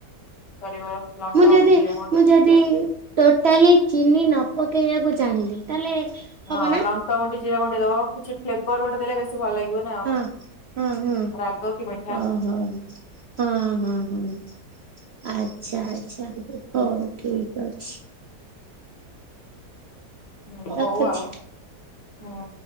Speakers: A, on the left; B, on the right.
A: କରିବ। ଲଙ୍କାଗୁଣ୍ଡି
B: ମୁଁ ଯଦି
A: ଜିରା ଗୁଣ୍ଡି
B: ମୁଁ
A: ଦେଇକି
B: ଯଦି
A: ଆଉ।
B: ଟୋଟାଲି ଚିନି ନ ପକେଇବାକୁ ଚାହିଁଲି ତାହେଲେ ହବ
A: ହଁ
B: ନା
A: ଲଙ୍କା ଗୁଣ୍ଡି ଜିରା ଗୁଣ୍ଡି ଦବ କିଛି ଫ୍ଲେବର ଗୋଟେ ଦେଲେ ବେଶୀ ଭଲ ଲାଗିବ। ନା ଆଉ।
B: ହଁ ହୁଁ ହୁଁ
A: ରାଗ କି ମିଠା
B: ଓହୋ ହୁଁ ହୁଁ ହୁଁ। ଆଚ୍ଛା ଆଚ୍ଛା ହଉ ଠିକ୍ ଅଛି।
A: ହୁଁ ହଉ
B: ରଖୁଛି।
A: ଆଉ ହୁଁ।